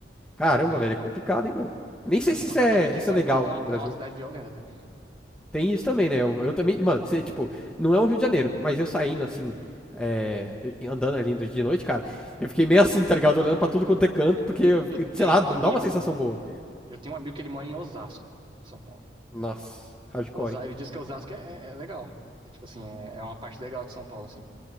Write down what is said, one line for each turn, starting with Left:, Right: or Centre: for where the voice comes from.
Centre: caramba,
Right: entendi.
Centre: velho, é complicado, hein, mano. Nem sei
Right: É, sem
Centre: se isso
Right: contar
Centre: é,
Right: também que
Centre: isso
Right: São
Centre: é legal
Right: Paulo é uma,
Centre: no Brasil.
Right: é uma cidade violenta também, né?
Centre: Tem isso também, né? Eu, eu também, mano, você, tipo, não é o Rio de Janeiro, mas eu saindo assim, é, andando ali de noite, cara, eu fiquei meio assim, tá ligado? Olhando pra tudo quanto é canto, porque,
Right: Eu tenho
Centre: sei lá,
Right: um
Centre: não
Right: amigo,
Centre: dá uma sensação boa.
Right: eu tenho um amigo que ele mora em Osasco, em São Paulo.
Centre: Nossa, hardcore,
Right: Osa-
Centre: hein?
Right: Ele disse que Osasco é, é- é legal. É tipo assim, é, é uma parte legal de São Paulo, assim.